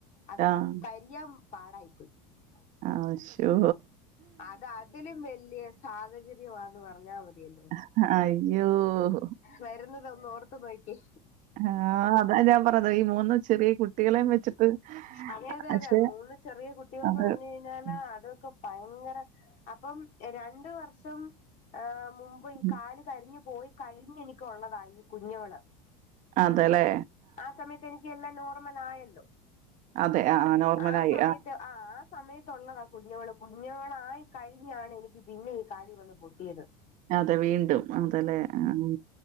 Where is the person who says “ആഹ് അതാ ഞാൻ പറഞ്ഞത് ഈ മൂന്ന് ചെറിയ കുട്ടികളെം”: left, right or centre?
Right